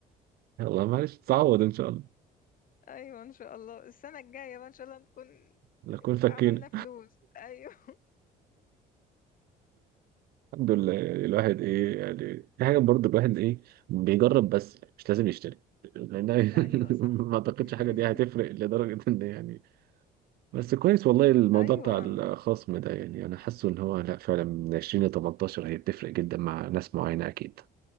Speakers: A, on the right; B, on the left.
A: يلا معلش تعوض ان شاء الله
B: ايوه ان شاء الله السنه الجايه بقى ان شاء الله نكون
A: نكون فكينا
B: عملنا فلوس ايوه
A: الحمد لله يعني الواحد ايه يعني في حاجة برضه الواحد ايه بيجرب بس مش لازم يشتري لان <laughs>
B: <laughs> ايوه صح
A: ما اعتقدش
B: <laughs>
A: حاجة دي هتفرق لدرجة ان يعني بس كويس والله الموضوع
B: ايوه
A: بتاع الخصم ده يعني انا حاسه ان هو لا فعلا من 20 ل 18 هي بتفرق جدا مع ناس معينة اكيد